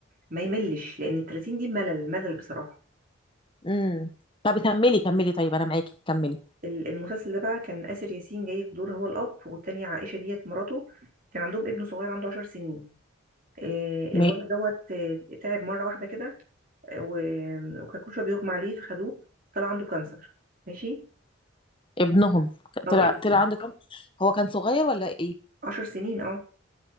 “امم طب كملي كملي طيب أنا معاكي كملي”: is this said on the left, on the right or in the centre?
Left